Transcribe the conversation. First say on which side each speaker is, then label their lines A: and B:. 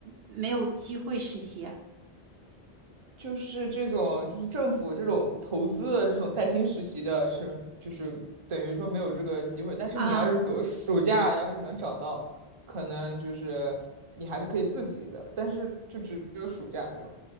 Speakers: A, on the right (about 70°); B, on the right (about 35°).
A: 没有机会实习啊？
B: 就是这种，就是政府这种投资的这种带薪实习的是，就是等于说没有这个机会。但是你要是比如暑假要是能找到，
A: 啊
B: 可能就是你还是可以自己的，但是就只有暑假这样。